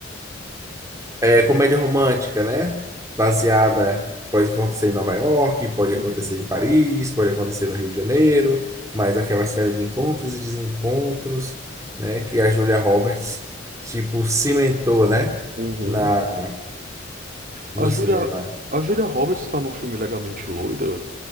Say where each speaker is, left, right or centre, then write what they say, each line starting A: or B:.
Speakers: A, on the right; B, on the right.
A: É comédia romântica, né? Baseada, pode acontecer em Nova York, pode
B: uhum,
A: acontecer em Paris, pode acontecer no Rio de Janeiro, mas aquela série de encontros e desencontros, né? Que a Julia Roberts, tipo, cimentou, né?
B: uhum.
A: Na, no
B: A Julia,
A: cinema.
B: a Julia Roberts está no filme Legamente Loira?